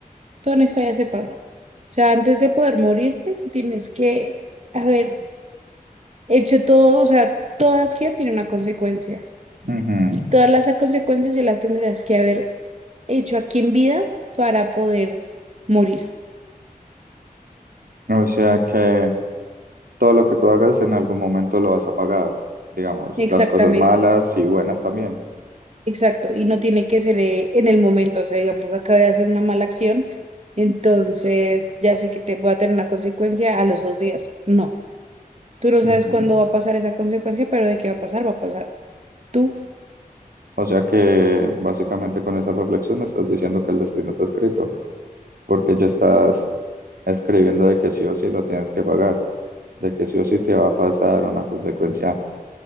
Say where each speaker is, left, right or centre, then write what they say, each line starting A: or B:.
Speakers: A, on the right (about 50°); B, on the right (about 80°).
A: todo en esta vida se paga. O sea, antes de poder morirte, tú tienes que haber hecho todo, o sea, toda acción tiene una consecuencia
B: Ujú.
A: y todas las consecuencias se las tendrás que haber hecho aquí en vida para poder morir.
B: O sea que todo lo que tú hagas en algún momento lo vas a pagar, digamos,
A: Exactamente.
B: las cosas malas y buenas también.
A: Exacto, y no tiene que ser eh, en el momento, o sea, digamos, acabé de hacer una mala acción, entonces ya sé que te voy a tener una consecuencia a los dos días. No, tú no
B: Ujú.
A: sabes cuándo va a pasar esa consecuencia, pero de qué va a pasar, va a pasar. ¿Tú?
B: O sea que básicamente con esa reflexión me estás diciendo que el destino está escrito. porque ya estás escribiendo de que sí o sí lo tienes que pagar, de que sí o sí te va a pasar una consecuencia